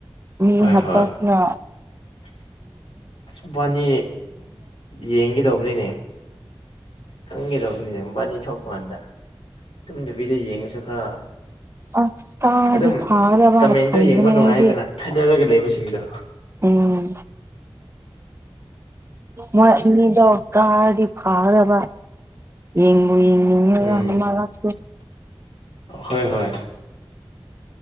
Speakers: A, on the right; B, on the left.
A: ꯃꯤ
B: ꯍꯣꯏ
A: ꯍꯥꯇꯥꯅ
B: ꯍꯣꯏ ꯑꯁꯕꯥꯅꯤ ꯌꯦꯡꯒꯗꯧꯕꯅꯤꯅꯦ ꯈꯪꯒꯗꯧꯕꯅꯤ ꯅꯤꯅ ꯃꯄꯥꯅꯤ ꯊꯣꯛꯄ ꯀꯥꯟꯗ ꯇꯨꯝꯗꯕꯤꯗ ꯌꯦꯡꯉꯁꯨ ꯈꯔ
A: ꯑꯁ ꯀꯥꯔꯗꯤ
B: ꯑꯗꯨꯝ
A: ꯐꯥꯒꯗꯕꯅ
B: ꯀꯃꯦꯟꯗꯣ
A: ꯈꯟꯕꯅꯦ
B: ꯌꯦꯡꯕ ꯅꯨꯡꯉꯥꯏꯗꯅ
A: ꯑꯩꯗꯤ
B: ꯈꯟꯅꯔꯒ ꯂꯩꯕꯁꯤꯡꯗꯣ
A: ꯎꯝ ꯃꯣꯏ ꯃꯤꯗꯣ ꯀꯥꯔꯗꯤ ꯐꯗꯕ ꯌꯦꯡ ꯑꯩꯣꯏ
B: ꯎꯝ
A: ꯂꯥꯛ
B: ꯍꯣꯏ ꯍꯣꯏ